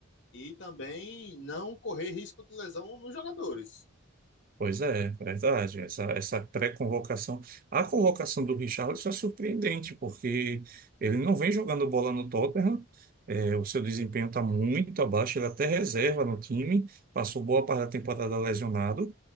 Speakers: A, on the left (about 55°); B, on the right (about 40°).
A: e também não correr risco de lesão nos jogadores.
B: Pois é, verdade. Essa, essa pré-convocação. A convocação do Richarlison é surpreendente, porque ele não vem jogando bola no Tottenham, é, o seu desempenho está muito abaixo, ele é até reserva no time, passou boa parte da temporada lesionado,